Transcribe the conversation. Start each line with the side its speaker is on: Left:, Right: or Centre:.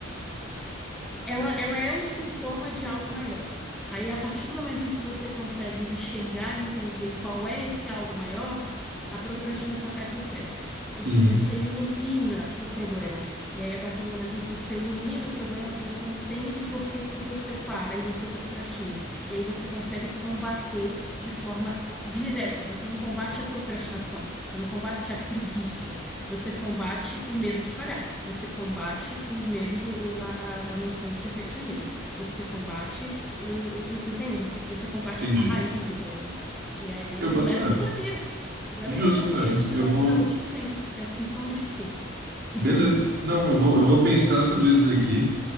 Centre: ela, ela é um sintoma de algo maior. Aí, a partir do momento em que você consegue enxergar e entender qual é esse algo maior, a procrastinação cai por terra. Porque
Right: Uhum.
Centre: você ilumina o problema. E aí, a partir do momento em que você ilumina o problema, você entende por que que você para e você procrastina. E aí você consegue combater de forma direta. Você não combate a procrastinação, você não combate a preguiça. Você combate o medo de falhar, você combate o medo do, o- a, a- a noção de perfeccionismo, você combate o, en- entende? Você combate
Right: Entendi.
Centre: a raiz do problema. E aí
Right: Eu boto
Centre: leva
Right: fé.
Centre: pra terapia. Leva
Right: Justo,
Centre: pra terapia,
Right: velho.
Centre: descobre
Right: Eu vou.
Centre: da onde que vem. É sintoma de quê? <laughs>
Right: Beleza. Não, eu vou, eu vou pensar sobre isso daqui.